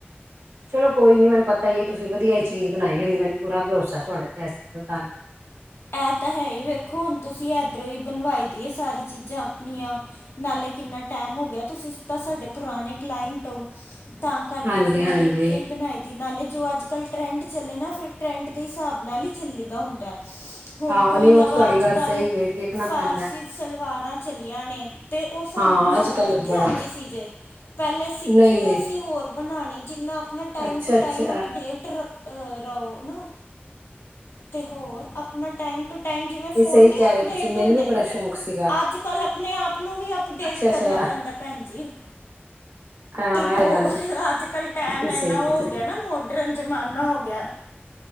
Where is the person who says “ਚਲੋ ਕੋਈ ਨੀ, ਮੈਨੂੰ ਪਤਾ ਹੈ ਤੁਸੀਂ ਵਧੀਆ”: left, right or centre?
Right